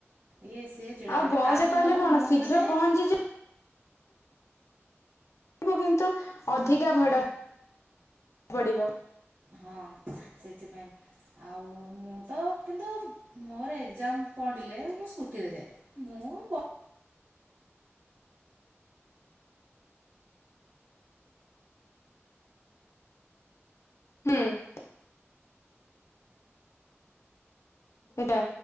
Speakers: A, on the right; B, on the left.
A: ଇଏ ସିଏ ଚିଡ଼ା
B: ଆଉ
A: ଲାଗେ
B: ବସ
A: ତାଠୁ
B: ରେ
A: ତ
B: କହିଲେ
A: ଭଲ
B: କଣ
A: ମୁଁ
B: ଶୀଘ୍ର
A: ମାନେ
B: ପହଞ୍ଚିଯିବୁ ମୁଁ କିନ୍ତୁ ଅଧିକା ଭଡା ପଡିବ
A: ହଁ ସେଥିପାଇଁ। ଆଉ ମୁଁ ତ କିନ୍ତୁ ମୋର ଏଗଜାମ୍ ପଡ଼ିଲେ ମୁଁ ସ୍କୁଟିରେ ଯାଏ। ମୁଁ ବ ଆ
B: ହୁଁ। ଏଟା